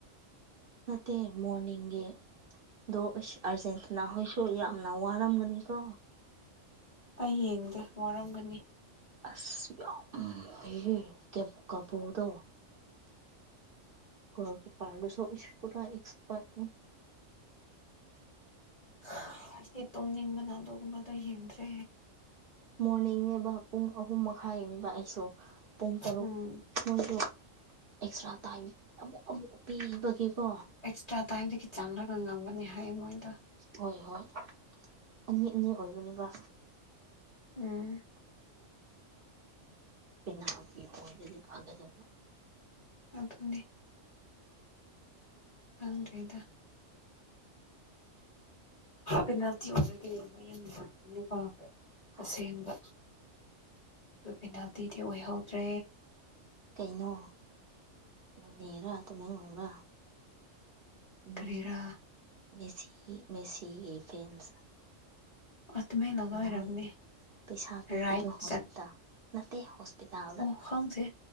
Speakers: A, on the right (about 55°); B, on the left (about 35°).
A: ꯅꯠꯇꯦ ꯃꯣꯔꯅꯤꯡꯒꯤ ꯑꯗꯣ ꯑꯁ ꯑꯥꯔꯖꯦꯟꯇꯤꯅꯥꯍꯣꯏꯁꯨ ꯌꯥꯝꯅ ꯋꯥꯔꯝꯒꯅꯤ ꯀꯣ
B: ꯑꯩ ꯌꯦꯡꯗꯦ ꯋꯥꯔꯝꯒꯅꯤ
A: ꯑꯁ ꯌꯥꯝ ꯍꯩꯔꯦ ꯀꯥ ꯀꯦꯄꯣꯗꯣ ꯒꯣꯜ ꯀꯤꯄꯔꯗꯨꯁꯨ ꯄꯨꯔꯥ ꯑꯦꯛꯁꯄꯔꯠꯅꯤ
B: ꯑꯩꯗꯤ ꯇꯨꯝꯅꯤꯡꯕꯅ ꯑꯗꯨꯒꯨꯝꯕꯗꯣ ꯌꯦꯡꯗ꯭ꯔꯦ
A: ꯃꯣꯔꯅꯤꯡꯅꯦꯕ ꯄꯨꯡ ꯑꯍꯨꯝ ꯃꯈꯥꯏ ꯌꯦꯡꯉꯦꯕ ꯑꯩꯁꯨ ꯄꯨꯡ ꯇꯔꯨꯛ
B: ꯎꯝ
A: ꯃꯣꯏꯗꯣ ꯑꯦꯛꯁꯇ꯭ꯔꯥ ꯇꯥꯏꯝ ꯑꯃꯨꯛ ꯑꯃꯨꯛ ꯄꯤꯕꯒꯤꯀꯣ
B: ꯑꯦꯛꯁꯇ꯭ꯔꯥ ꯇꯥꯏꯝꯗꯒꯤ ꯆꯪꯂꯔꯒ ꯉꯝꯒꯅꯤ ꯍꯥꯏꯌꯦ ꯃꯣꯏꯗꯣ
A: ꯍꯣꯏ ꯍꯣꯏ ꯑꯅꯤ ꯑꯅꯤ ꯑꯣꯏꯕꯅꯦꯕ
B: ꯎꯝ
A: ꯄꯦꯅꯥꯜꯇꯤ ꯑꯣꯏꯔꯗꯤ ꯐꯒꯗꯕ
B: ꯑꯗꯨꯅꯦ ꯈꯪꯗ꯭ꯔꯦꯗ ꯄꯦꯅꯥꯜꯇꯤ ꯑꯣꯏꯕꯒꯤ ꯃꯣꯏ ꯌꯥꯝ ꯅꯨꯡꯉꯥꯏꯒꯅꯤꯀꯣ
A: ꯍꯣꯏ
B: ꯑꯁꯦꯡꯕ ꯑꯗꯨ ꯄꯦꯅꯥꯜꯇꯤꯗꯤ ꯑꯣꯏꯍꯧꯗ꯭ꯔꯦ
A: ꯀꯩꯅꯣ ꯅꯣꯅꯦꯔꯥ ꯇꯃꯦꯡꯂꯣꯡꯔꯥ ꯎꯝ
B: ꯀꯔꯤꯔꯥ
A: ꯃꯦꯁꯤ ꯃꯦꯁꯤꯒꯤ ꯐꯦꯟꯁ
B: ꯑꯣ ꯇꯨꯃꯦꯡꯂꯣꯡꯗ ꯑꯣꯏꯔꯝꯅꯤ
A: ꯃꯣꯢ ꯄꯩꯁꯥ ꯄꯤꯕꯗ
B: ꯔꯥꯏꯠ
A: ꯍꯣꯁꯄꯤꯇꯥꯜ
B: ꯆꯠ
A: ꯅꯠꯇꯦ ꯍꯣꯁꯄꯤꯇꯥꯜꯗ
B: ꯑꯣ ꯈꯪꯗꯦ